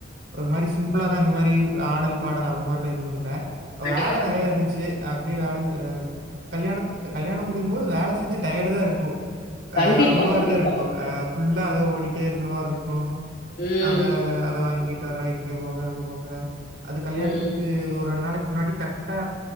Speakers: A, on the right (about 75°); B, on the left (about 50°).
A: ஒரு மாரி சிம்பிளாதா இந்த மாரி ஆடல் பாடல் அந்த மார்ல்லா எதுவு இல்ல
B: கண்டிப்பா,
A: வேல
B: கண்டிப்பா.
A: நெறைய இருந்துச்சு அப்டியே வேல செ ஹ கல்யாண கல்யாணம் முடியும் போது வேல செஞ்சு டயர்டுதா இருக்கு அ
B: கண்டிப்பா,
A: அந்த மாரிதா
B: கண்டிப்பா.
A: இருக்கு அ ஃபுல்லா அத ஓடிட்டே இருக்க மார்ருக்கு
B: ம்.
A: அந்த அத வாங்கிட்டு வர்ற இங்க போக அங்க போக அது கல்யாணத்துக்கு
B: ம்.
A: ஒரு ரெண்டு நாளைக்கு முன்னாடி கரெக்டா